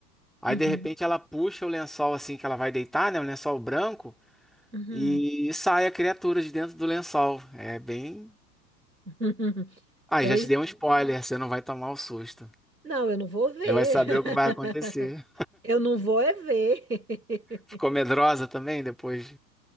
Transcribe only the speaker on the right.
uhum,
uhum,
uhum. <laughs>
É
Não, eu não vou ver.
<laughs>
Eu não vou é ver. <laughs>